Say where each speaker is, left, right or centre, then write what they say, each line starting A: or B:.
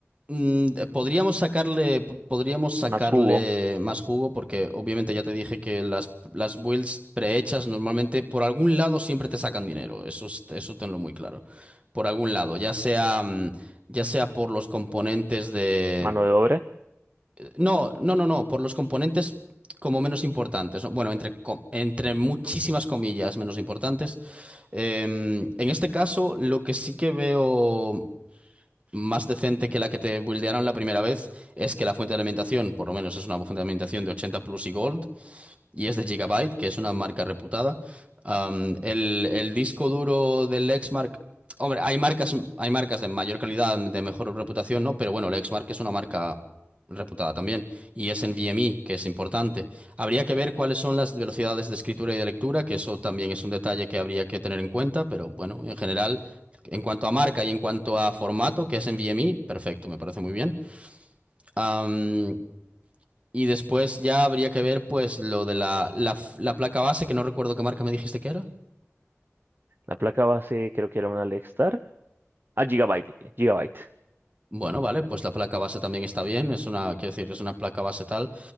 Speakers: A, on the right; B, on the right.
A: mm, podríamos sacarle, podríamos sacarle
B: más jugo.
A: más jugo porque obviamente ya te dije que las, las builds prehechas normalmente por algún lado siempre te sacan dinero. Eso, es- eso tenlo muy claro. Por algún lado, ya sea, mm, ya sea por los componentes de...
B: Mano de obra.
A: No, no, no, no, por los componentes como menos importantes. ¿no? Bueno, entre, co- entre muchísimas comillas menos importantes. Em, en este caso, lo que sí que veo más decente que la que te buildearon la primera vez es que la fuente de alimentación, por lo menos es una fuente de alimentación de 80 plus y gold, y es de Gigabyte, que es una marca reputada. Um, el, el disco duro del Lexmark, hombre, hay marcas, hay marcas de mayor calidad, de mejor reputación, ¿no? Pero bueno, Lexmark es una marca reputada también y es en VMI, que es importante. Habría que ver cuáles son las velocidades de escritura y de lectura, que eso también es un detalle que habría que tener en cuenta, pero bueno, en general, en cuanto a marca y en cuanto a formato, que es en VMI, perfecto, me parece muy bien. Um, y después ya habría que ver pues lo de la, la, la placa base, que no recuerdo qué marca me dijiste que era.
B: La placa base creo que era una Lextar. Ah, Gigabyte. Gigabyte.
A: Bueno, vale, pues la placa base también está bien, es una, quiero decir, es una placa base tal,